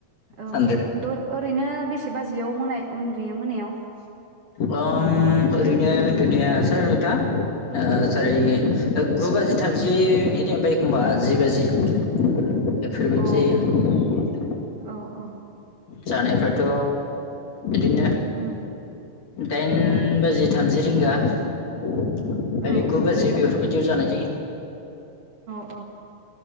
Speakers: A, on the right; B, on the left.
A: औ
B: सानरेब
A: द ओरैनो से बाजियाव मोनाय उन्दुयो मोनायाव।
B: ओं ओरैनो उन्दुनाया सो नोंथां ओ सारि गु बाजि थामजि <unintelligible> एखमबा जि बाजि एफोर बायदि
A: अ
B: जायो।
A: औ औ।
B: जानायफ्राथ' बिदिनो
A: उम
B: दाइन बाजि थामजि रिंगा यै
A: औ
B: गु बाजि बेफोरबायदियाव जानाय जायो।
A: अ।